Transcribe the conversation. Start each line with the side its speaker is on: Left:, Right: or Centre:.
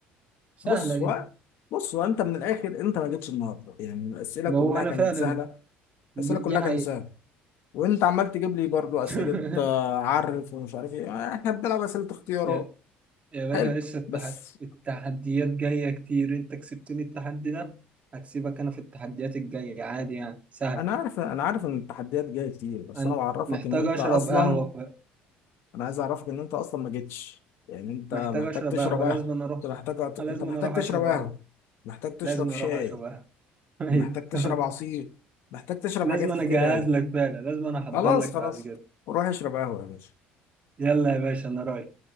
Right: سهلة
Left: بص
Right: دي
Left: هو بص هو انت من الاخر انت ما جيتش النهارده يعني الاسئله
Right: ما
Left: كلها
Right: هو انا
Left: كانت
Right: فعلا
Left: سهله
Right: دي,
Left: الاسئله كلها
Right: دي حقيقة
Left: كانت سهله وانت عمال تجيب لي برضو اسئله
Right: <laughs>
Left: آه، عرف ومش عارف ايه آه، احنا بنلعب اسئله اختيارات
Right: يا يا باشا
Left: حلو
Right: لسه التح...
Left: بس
Right: التحديات جاية كتير انت كسبتني التحدي ده هكسبك انا في التحديات الجاية عادي يعني سهل
Left: انا عارف انا عارف ان التحديات جايه كتير بس
Right: انا
Left: انا بعرفك
Right: محتاج
Left: ان انت
Right: اشرب
Left: اصلا
Right: قهوة بقى.
Left: انا عايز اعرفك ان انت اصلا ما جيتش يعني انت
Right: محتاج
Left: محتاج
Right: اشرب
Left: تشرب
Right: قهوة
Left: قهوه
Right: لازم انا اروح
Left: انت محتاج
Right: لازم
Left: انت محتاج
Right: انا اروح
Left: تشرب
Right: اشرب
Left: قهوه
Right: قهوة
Left: محتاج تشرب
Right: لازم
Left: شاي
Right: اروح اشرب قهوة <laughs> ايوه
Left: ومحتاج تشرب
Right: <laughs>
Left: عصير محتاج تشرب
Right: لازم
Left: حاجات
Right: انا
Left: كتير
Right: اجهز
Left: قوي
Right: لك فعلا لازم انا احضر
Left: خلاص
Right: لك
Left: خلاص
Right: بعد كده
Left: روح اشرب قهوه يا باشا
Right: يلا يا باشا انا رايح